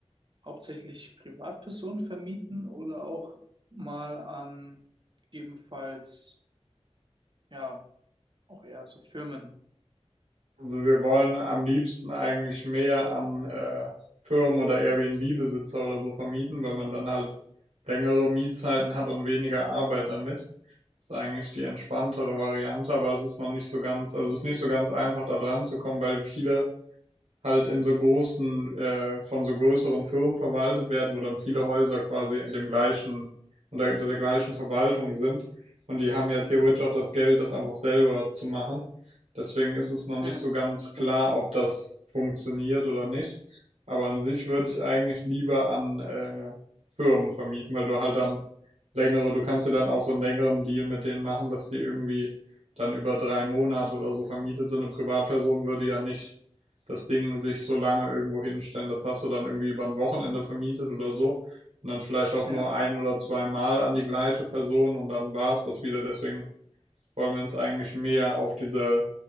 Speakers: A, on the right; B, on the right.
A: hauptsächlich Privatpersonen vermieten oder auch mal an ebenfalls, ja, auch eher so Firmen?
B: Also wir wollen am liebsten eigentlich mehr an äh, Firmen oder Airbnb-Besitzer oder so vermieten, weil man dann halt längere Mietzeiten hat und weniger Arbeit damit. ist eigentlich die entspanntere Variante, aber es ist noch nicht so ganz, also es ist nicht so ganz einfach da dran zu kommen, weil viele halt in so großen, äh, von so größeren Firmen verwaltet werden, wo dann viele Häuser quasi dem gleichen, unter der gleichen Verwaltung sind. Und die haben ja theoretisch auch das Geld, das einfach selber zu machen. Deswegen ist es noch
A: <laughs>
B: nicht so ganz
A: Stimmt.
B: klar, ob das funktioniert oder nicht. Aber an sich würde ich eigentlich lieber an äh, Firmen vermieten, weil du halt dann Längere, du kannst dir dann auch so einen längeren Deal mit denen machen, dass die irgendwie dann über drei Monate oder so vermietet sind. Eine Privatperson würde ja nicht das Ding sich so lange irgendwo hinstellen. Das hast du dann irgendwie über ein Wochenende vermietet oder so. Und dann vielleicht auch nur
A: Ja.
B: ein oder zweimal an die gleiche Person und dann war es das wieder. Deswegen wollen wir uns eigentlich mehr auf diese